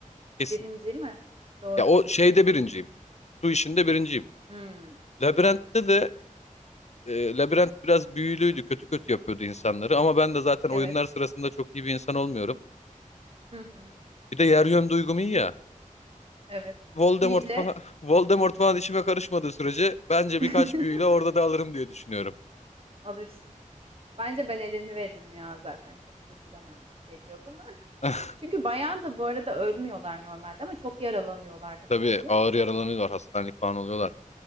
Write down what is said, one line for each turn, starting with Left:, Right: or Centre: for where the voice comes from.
Left: Kesin.
Right: Birinci mi? Doğru.
Left: Ya o şeyde birinciyim. Su işinde birinciyim.
Right: Hmm,
Left: Labirentte de e, Labirent biraz büyülüydü. Kötü kötü yapıyordu insanları. Ama ben de zaten oyunlar
Right: evet.
Left: sırasında çok iyi bir insan olmuyorum.
Right: Hı hı,
Left: Bir de yer yön duygum iyi ya.
Right: evet.
Left: Voldemort
Right: İyice
Left: falan <laughs> Voldemort falan işime karışmadığı sürece bence
Right: <laughs>
Left: birkaç büyüyle orada da alırım diye düşünüyorum.
Right: alırsın. Bence ben eleni veririm ya zaten. Çok sürdüremem gibi geliyor bana.
Left: <laughs>
Right: <laughs> Çünkü bayan da bu arada ölmüyorlar normalde ama çok yaralanıyorlardı. Hatırlıyor
Left: Tabii ağır
Right: musun?
Left: yaralanıyorlar, hastanelik falan oluyorlar.